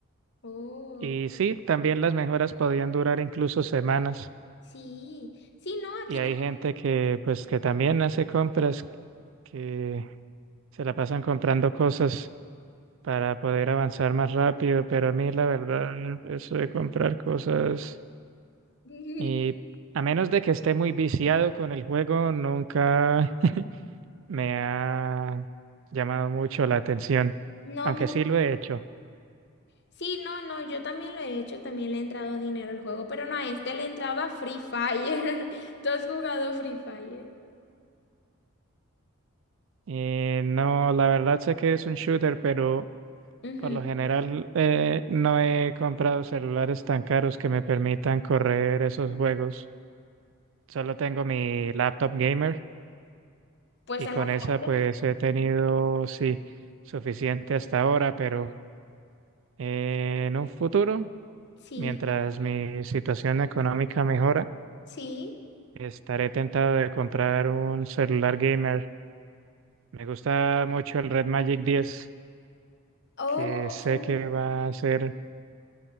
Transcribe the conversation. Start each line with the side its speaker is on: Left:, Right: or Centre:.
Left: Oh,
Right: Y sí, también las mejoras podían durar incluso semanas.
Left: sí, sí, no, aquí
Right: Y hay gente que, pues, que también hace compras, que se la pasan comprando cosas para poder avanzar más rápido, pero a mí la verdad, eso de comprar cosas
Left: también.
Right: y
Left: <laughs>
Right: a menos de que esté muy viciado con el juego, nunca me ha llamado mucho la atención,
Left: No
Right: aunque
Left: me...
Right: sí lo he hecho.
Left: Sí, no, no, yo también lo he hecho, también le he entrado dinero al juego, pero no a este le he entrado a Free Fire. <laughs> ¿Tú has jugado Free Fire?
Right: Y no, la verdad sé que es un shooter, pero
Left: Ujú.
Right: por lo general eh, no he comprado celulares tan caros que me permitan correr esos juegos. Solo tengo mi laptop gamer
Left: Pues
Right: y
Left: en
Right: con
Left: las...
Right: esa pues he tenido, sí, suficiente hasta ahora, pero eh, en un futuro,
Left: Sí,
Right: mientras mi situación económica mejora,
Left: sí.
Right: estaré tentado de comprar un celular gamer. Me gusta mucho el Red Magic diez,
Left: Oh,
Right: que sé
Left: ya.
Right: que va a ser,